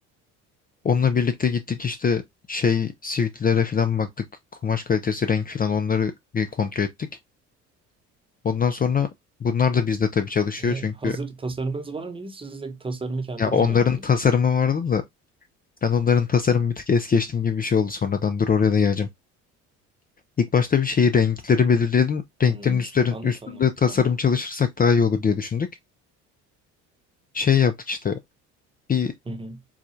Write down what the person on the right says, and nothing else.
E,
hazır tasarımınız var mıydı? Siz de tasarımı kendiniz
mi yaptınız?
Hmm.
Anlat
anlat
devam et.
Hı hı.